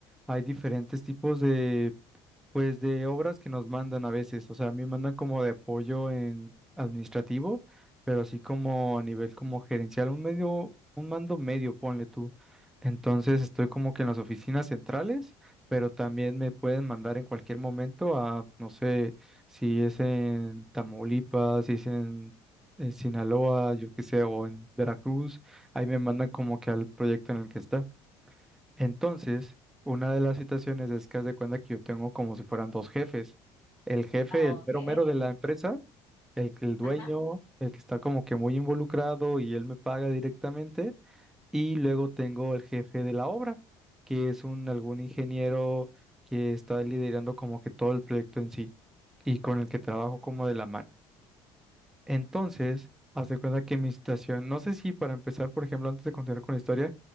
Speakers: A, in the centre; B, on the left.
A: hay diferentes tipos de pues de obras que nos mandan a veces, o sea, a mí me mandan como de apoyo en administrativo, pero así como a nivel como gerencial, un medio, un mando medio, ponle tú. Entonces estoy como que en las oficinas centrales, pero también me pueden mandar en cualquier momento a, no sé, si es en Tamaulipas, si es en, en Sinaloa, yo qué sé, o en Veracruz, ahí me mandan como que al proyecto en el que está. Entonces, una de las situaciones es que haz de cuenta que yo tengo como si fueran dos jefes. El jefe,
B: Ah,
A: el
B: Ok.
A: mero mero de la empresa, el, que- el dueño,
B: Ajá.
A: el que está como que muy involucrado y él me paga directamente. Y luego tengo el jefe de la obra, que es un algún ingeniero que está liderando como que todo el proyecto en sí y con el que trabajo como de la mano. Entonces, haz de cuenta que mi situación, no sé si para empezar, por ejemplo, antes de continuar con la historia,